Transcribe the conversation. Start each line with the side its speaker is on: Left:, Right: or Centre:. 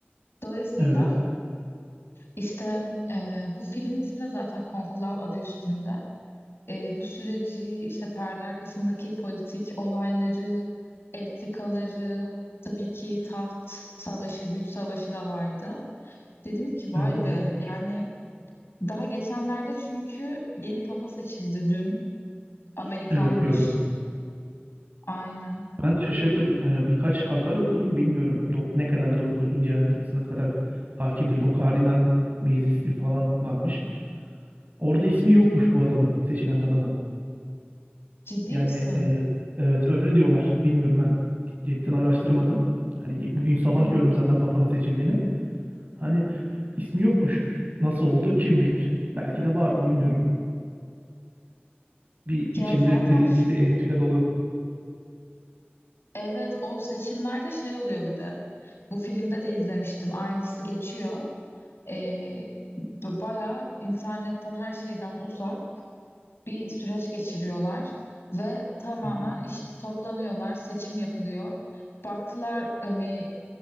Left: Dolayısıyla
Right: Evet.
Left: işte e, bu filmin ismi de zaten Konklav adı üstünde. E, bu süreci işte perde arkasındaki politik olayları, entrikaları, tabii ki taht savaşı, güç savaşı da vardı. Dedim ki vay
Right: Evet.
Left: be yani daha geçenlerde çünkü yeni papa seçildi dün. Amerikanmış.
Right: Evet gördüm.
Left: Aynen.
Right: Ben şaşırdım. Ee, birkaç haber okudum. Bilmiyorum dok ne kadar doğru ince ayrıntısına kadar hakim değilim. O kardinal meclisi falan varmış. Orada ismi yokmuş bu adamın, seçilen adamın.
Left: Ciddi
Right: Yani
Left: misin?
Right: e, evet öyle diyorlar. Bilmiyorum ben cidden araştırmadım. Hani bugün sabah
Left: Hı hı.
Right: gördüm zaten Papa'nın seçildiğini. Hani ismi yokmuş. Nasıl oldu kim bilir. Belki de vardı bilmiyorum. Bir
Left: Ya
Right: içinde
Left: zaten
Right: dediğin
Left: şu
Right: gibi bir entrika dolu.
Left: Evet o seçimlerde şey oluyor bir de. Bu filmde de izlemiştim. Aynısı geçiyor. Ee, b- bayağı internetten her şeyden uzak bir süreç geçiriyorlar. Ve tamamen
Right: Hı hı,
Left: işte toplanıyorlar, seçim yapılıyor. Baktılar hani